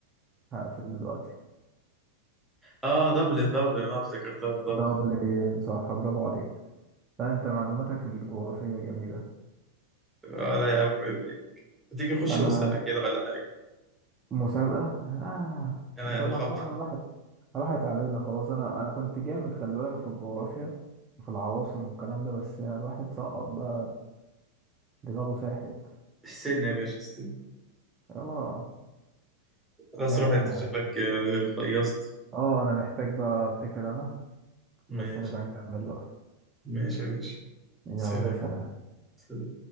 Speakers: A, on the right; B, in the centre.
A: هقفل دلوقتي
B: اه دبلن دبلن انا افتكرتها دبلن
A: دبلن صح برافو عليك لا أنت معلوماتك الجغرافية جميلة
B: آه لا يا عم عيب عليك تيجي نخش
A: أنا
B: مسابقة كده ولا حاجة
A: مسابقة آه
B: أنا
A: مسابقة
B: أنا خب
A: احنا راحت راحت علينا خلاص أنا أنا كنت جامد خلي بالك في الجغرافيا وفي العواصم والكلام ده بس الواحد سقط بقى دماغه ساحت
B: السن يا باشا السن
A: اه
B: خلاص
A: ماشي
B: روح أنت
A: يا معلم
B: شكلك آه، خيصت
A: اه انا محتاج بقى اتكل انا
B: ماشي
A: بس نبقى نكمل بقى
B: ماشي يا باشا
A: يلا
B: سلام
A: سلام
B: سلام